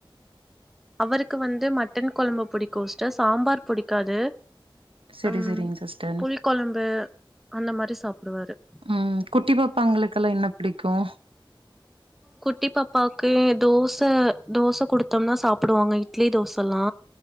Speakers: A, in the centre; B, on the right.
A: அவருக்கு வந்து மட்டன் கொழம்பு புடிக்கும் சிஸ்டர் சாம்பார் புடிக்காது
B: சரி,
A: உம்
B: சரிங்க சிஸ்டர்.
A: புளி கொழம்பு அந்த மாறி சாப்புடுவாரு
B: ம் குட்டி பாப்பாங்களுக்குல்லா என்ன புடிக்கும்
A: குட்டி பாப்பாவுக்கு தோச தோச குடுத்தோம்னா சாப்புடுவாங்க இட்லி தோசல்லா